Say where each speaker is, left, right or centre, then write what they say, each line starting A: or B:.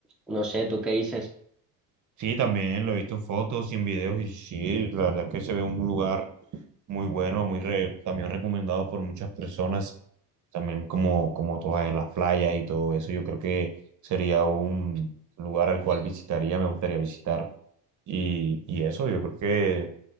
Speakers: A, in the centre; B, on the right (about 40°).
A: No sé, ¿tú qué dices?
B: Sí, también lo he visto en fotos y en videos y sí, la verdad es que se ve un lugar muy bueno, muy re- también recomendado por muchas personas, también como, como todas las playas y todo eso, yo creo que sería un lugar al cual visitaría, me gustaría visitar y, y eso, yo creo que